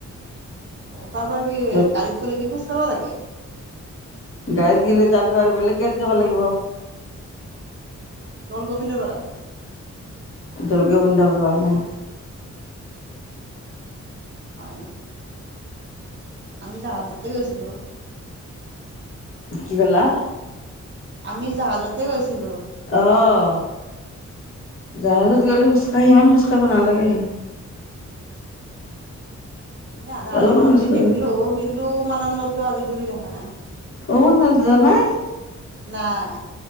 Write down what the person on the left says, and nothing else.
য'ত
গাড়ীত গলে তাৰ পৰা আৰু বেলেগ গাড়ী যাব লাগিব।
জল গোবিন্দ পৰা নে?
কি কলা
আহ জাহাজত গলে খোজকাঢ়িমান খোজ কঢ়িব নালাগে
অলপমান
খোজকাঢ়িব
অ ন জন নাই